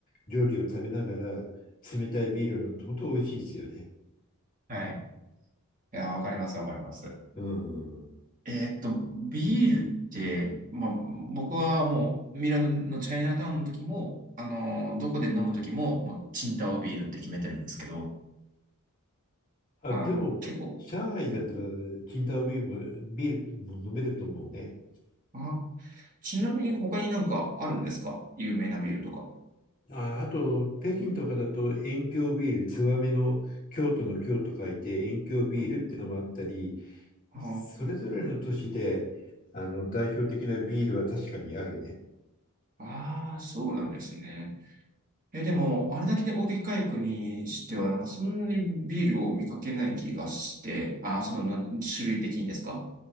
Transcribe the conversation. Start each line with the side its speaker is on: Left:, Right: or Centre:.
Left: 料理を食べながら冷たいビールを飲むと本当美味しいですよね。
Right: はい。いや、わかります、わかります。
Left: うん。
Right: えーっと、ビールって、まあ、僕はもうミラノのチャイナタウンの時も、あの、どこで飲む時も、もうチンタオビールって決めてるんですけど、
Left: あ、
Right: あの、
Left: でも、
Right: 結構、
Left: 上海だったら、
Right: うん
Left: チンタオビールも、ビールも飲めると思うね。
Right: あ、ちなみに他になんかあるんですか有名なビールとか。
Left: あ、あと、北京とかだと、遠京ビール、ツバメの京都の京と書いて、遠京ビールっていうのもあったり、
Right: うんあ
Left: それぞれの都市で、あの、代表的なビールは確かにあるね。
Right: あー、そうなんですね。え、でも、あれだけで大手回復にしては、なんかそんなにビールを見かけない気がして、ああ、その、なんて種類的にですか